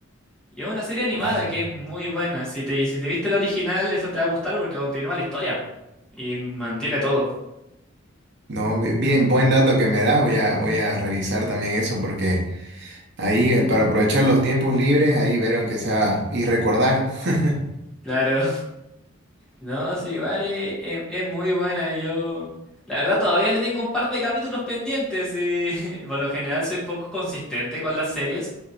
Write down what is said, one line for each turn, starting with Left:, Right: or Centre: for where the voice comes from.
Centre: Y es una serie animada
Right: nada.
Centre: que es muy buena. Si te, si te viste la original, esa te va a gustar porque continúa la historia y mantiene todo.
Right: No, bi- bien, buen dato que me das, voy a, voy a revisar también eso porque ahí eh, para aprovechar los tiempos libres, ahí vieron que sea y recordar. <laughs>
Centre: Claro. No, sí, vale, es, es muy buena y yo... La verdad todavía le tengo un par de capítulos pendientes y <laughs> por lo general soy poco consistente con las series.